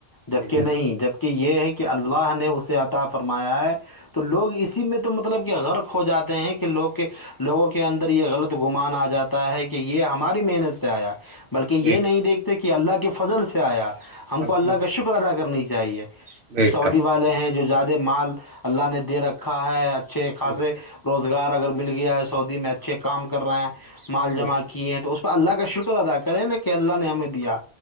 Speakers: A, on the left (about 25°); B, on the right (about 75°).
A: جبکہ
B: جی
A: نہیں
B: جی
A: جب کہ یہ ہے کہ اللہ نے اسے عطا فرمایا ہے تو لوگ اسی میں تو مطلب کہ غرق ہو جاتے ہیں کہ لوگ کے لوگوں کے اندر یہ غلط گمان آ جاتا ہے کہ یہ ہماری محنت سے آیا بلکہ یہ
B: بے شک،
A: نہیں دیکھتے کہ اللہ کے فضل سے آیا ہم
B: الحمد
A: کو اللہ
B: للہ
A: کا شکر ادا کرنی چاہیے
B: بے شک
A: سعودی والے
B: بے
A: ہیں جو زیادہ مال اللہ نے دے رکھا ہے اچھے
B: شک
A: خاصے
B: بے شک
A: روزگار اگر مل گیا ہے سعودی میں اچھے کام کر رہے ہیں مال
B: بے
A: جمع
B: شک۔
A: کیے ہیں تو اس اللہ کا شکر ادا کرے نا کہ اللہ نے ہمیں دیا